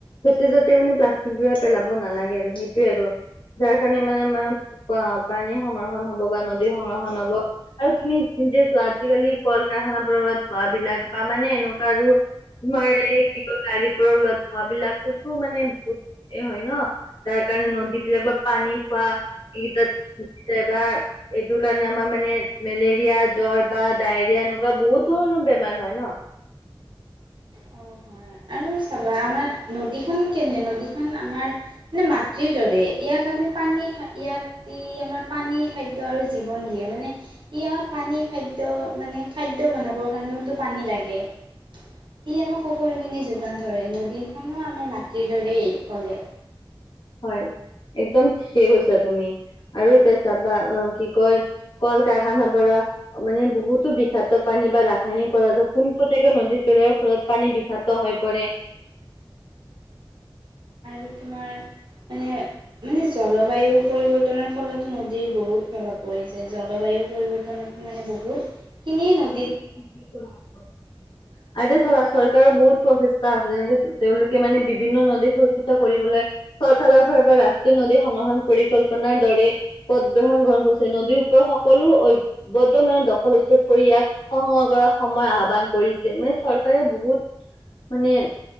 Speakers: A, on the left (about 70°); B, on the right (about 65°).
A: য'তে ত'তে মানে প্লাষ্টিকবোৰ পেলাব নালাগে আৰু, সেইটোৱে আৰু। যাৰ কাৰণে মানে আমাৰ পানী সংৰক্ষণ হব বা নদীৰ সংৰক্ষণ হব। আৰু তুমি নিজে চোৱা আজিকালি কল-কাৰখানাৰ পৰা ওলোৱা ধোঁৱাবিলাক বা মানে এনেকুৱা আৰু তোমাৰ এই কি কয় গাড়ীৰ পৰা ওলোৱা ধুৱা বিলাক কতো মানে <unintelligible> এই হয় ন, তাৰ কাৰণে নদী বিলাক বা পানী খোৱা এই তাত উঠি যায় বা এইটোৰ কাৰণে আমাৰ মানে মেলেৰিয়া, জ্বৰ বা ডায়েৰিয়া এনেকুৱা বহুত তোৰ ইমান বেমাৰ হয় ন।
B: অ হয় আৰু চাবা আমাৰ নদীখন কেনে নদীখন আমাৰ মানে মাতৃৰ দৰে ইয়াক আমি পানী <unintelligible> ইয়াত ই আমাৰ পানী খাদ্য আৰু জীৱন দিয়ে। মানে, ই আমাক পানী খাদ্য খাদ্য বনাবৰ কাৰণেওতটো পানী লাগে। ই আমাৰ সকলোখিনি যো যোগান ধৰে, নদীখনো আমাৰ মাটিৰ দৰেই ক'লে।
A: হয়, একদম ঠিকেই কৈছা তুমি আৰু এতিয়া চাবা। অ' কি কয় ক'ল-কাৰখানা পৰা মানে বহুতো বিষাক্ত পানী বা ৰাসায়নিক পদাৰ্থ পোনপতিয়াকে নদী পেলোৱা ফলত পানী বিষাত ক্ত হৈ পৰে।
B: আৰু তোমাৰ মানে বুজিছ, জলবায়ু পৰিৱৰ্তনৰ ফলত নদীৰ বহুত প্ৰভাৱ পৰিছে জলবায়ু পৰিৱৰ্তনত। মানে, বহুত খিনি নদ
A: <unintelligible>
B: <inaudible>
A: আদি চৰ-চৰকাৰৰ বহুত প্ৰচেষ্টা আছে, যেনেকে তেওঁলোকে মানে বিভিন্ন নদী সুৰক্ষিত কৰিবলে। চৰকাৰৰ ফাল পৰা ৰাষ্ট্ৰী নদী সংৰক্ষণ পৰিকল্পনাৰ দৰে। পথ বহন গ্ৰহণ কৰিছে, নদীৰ ওপৰত সকলো <unintelligible> মানে দখল উচ্ছেদ কৰি ইয়াক সংগ্ৰহ কৰ সময় আহ্বান কৰিছিলো, চৰকাৰে বহুত মানে